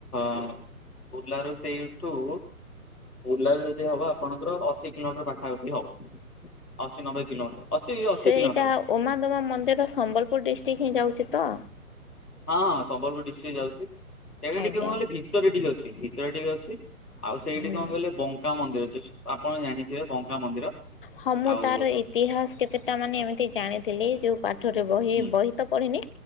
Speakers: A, on the left (about 75°); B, on the left (about 35°).
A: ପୁଲାରୁ ସେଇଠୁ ଓଲା ଯଦି ହବ ଆପଣଙ୍କର ଅଶି କିଲୋମିଟର ପାଖାପାଖି ହବ। ଅଶୀ ନବେ କିଲୋମିଟର ଅଶୀ ଅଶୀ
B: ସେଇଟା
A: କିଲୋମିଟର ହଁ
B: ଉମାଦମା ମନ୍ଦିର ସମ୍ବଲପୁର ଡିଷ୍ଟ୍ରିକଟ ହିଁ ଯାଉଛି ତ।
A: ହଁ ହଁ ସମ୍ବଲପୁର ଡିଷ୍ଟ୍ରିକ୍ଟ ଯାଉଛି ସେଇଟା
B: ଆଜ୍ଞା
A: ଟିକେ କହଲେ ଭିତରେ ଟିକେ ଅଛି। ଭୀିତରେ ଟିକେ ଅଛି। ଆଉ ସେଇଠି
B: ହୁଁ
A: କଣ କହିଲେ ବଙ୍କା ମନ୍ଦିର ଆପଣ ଜାଣିଥିବେ ମନ୍ଦିର
B: ହଁ ମୁଁ
A: ଆଉ
B: ତାର ଇତିହାସ କେତେଟା ମାନେ ଏମିତି ଜାଣିଥିଲି ଯୋଉ ପାଠରେ ବହି
A: ହୁଁ
B: ବହି ତ ପଢ଼ିନି